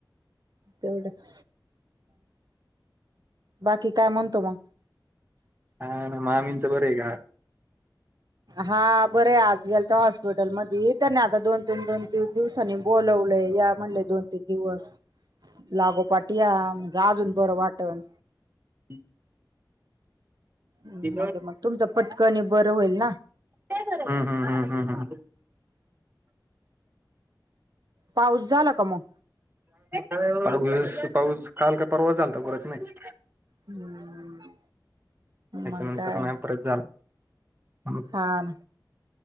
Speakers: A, on the right (about 60°); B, on the right (about 25°).
A: तेवढच बाकी काय म्हणतो मग
B: काय नाही मामींचं बरं आहे का?
A: हा बरय आज गेलता हॉस्पिटल मध्ये त्यांनी आता दोन तीन दोन तीन दिवस दिवसांनी बोलवलय या म्हणले दोन तीन दिवस लागोपाट या म्हणल अजून बरं वाटन
B: <inaudible>
A: म्हणजे
B: हम्म
A: मग तुमचं पटकनी बरं होईल ना
B: हम्म हम्म हम्म हम्म हम्म
A: पाऊस झाला का मग
B: पा पाऊस काल का परवा झालता परत नाही
A: हम्म
B: त्याच्यानंतर
A: मग काय
B: नाही परत झाला हम्म.
A: हा ना